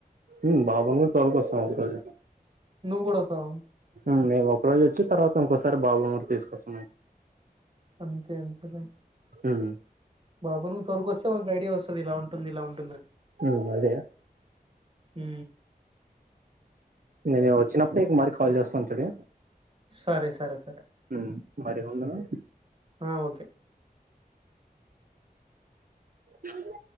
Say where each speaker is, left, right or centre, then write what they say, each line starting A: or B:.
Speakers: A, on the right (about 60°); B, on the right (about 35°).
A: ఉ బాబును కూడా తోల్ కస్తాను అందుకని
B: నువ్వు కూడా వస్తావ
A: ఊ మేము ఒక రోజు వచ్చి తర్వాత ఇంకోసారి బాబును కూడా తీసుకొస్
B: అంతె అంతర
A: హ్మ్.
B: బాబును నువ్ తోలుకొస్తే వానికి ఐడియా వస్తుంది ఇలా ఉంటుంది ఇలా ఉంటుందని
A: హ్మ్. అదే
B: ఊ
A: నేను వచ్చినప్పుడుకు నీకు మరి కాల్ చేస్తాను తుడే
B: సరే సరే సరే
A: ఊ మరి ఉందునా
B: ఆ ఓకే
A: చులే